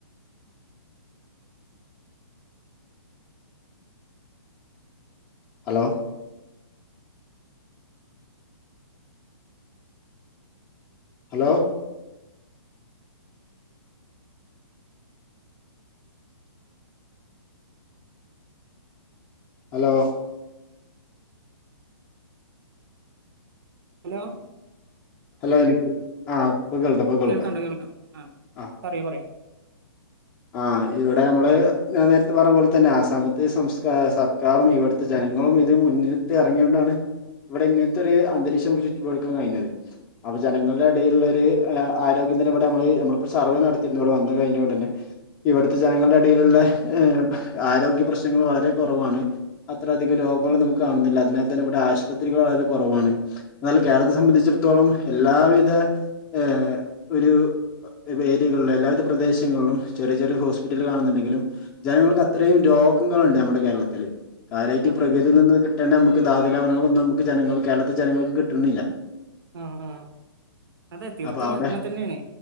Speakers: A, on the left; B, on the right.
A: hello hello hello
B: hello
A: hello എനിക്ക് ആ പ്പ കേൾക്കാ ഇപ്പ കൾക്കാം
B: കേൾക്കണ്ട് കേൾക്കാം ആ
A: ആഹ്
B: പറയൂ പറയൂ
A: ആ ഇവിടെ നമ്മള് ഞാൻ നേര്ത്തെ പർഞ്ഞ പോൽ തന്നെ ആസാമത്തി സംസ് ഏഹ് സർക്കാറും ഇവിടുത്തെ ജനങ്ങളും ഇത് മുന്നിട്ട് എറങ്ങിയോണ്ടാണ് ഇവിടെ ഇങ്ങെൻത്തൊരെ അന്തരീക്ഷം <unintelligible> ക്കാൻ കഴിഞ്ഞുന്നത് അപ്പൊ ജനങ്ങളുടെ എടയിലുള്ള ഈ ആരോഗ്യനില ഇവിടെ നമ്മള് നമ്മളിപ്പോ സർവേ നടത്തിരുന്നു ഇവിടെ വന്ന് കഴിഞ്ഞ ഒടനെ ഇവിടുത്തെ ജനങ്ങളുടെ എ ടയിലുള്ള ഏ ആരോഗ്യ പ്രശ്നങ്ങൾ വളരെ കൊറ റവാണ് അത്രധികം രോഗങ്ങൾ നമുക്ക് കാണുന്നില്ല അതിനാൽ തന്നെ ഇവിടെ ആശുപത്രികൾ വളരെ കൊറവാണ് എന്നാൽ കേരളത്തെ സംബന്ധിച്ചിടത്തോളം എല്ലാവിധ ഏ ഒരു ഏരിയകളിലും എല്ലാവിധ പ്രദേശങ്ങളിലും ചെറെ ചെറെ ഹോസ്പിറ്റൽ കാണ്ന്ന്ണ്ടെങ്കിലും ജനങ്ങൾക്ക് അത്രേം രോഗങ്ങൾ ഇണ്ട് നമ്മുടെ കേരളത്തിൽ കാര്യായിട്ട്
B: അതെ
A: പ്രകൃതി നിന്ന് കിട്ടെണ്ട നമ്മ ക്ക് ധാതുലവണങ്ങളൊന്നും നമുക്ക് ജനങ്ങൾക്ക് കേരളത്തിൽ ജനങ്ങൾക്ക് കിട്ട്ണ് ഇല്ല
B: ആ ആ അതെ തീർത്തും
A: അപ്പൊ അവിടെ
B: അങ്ങൻ തെന്നെയാണ്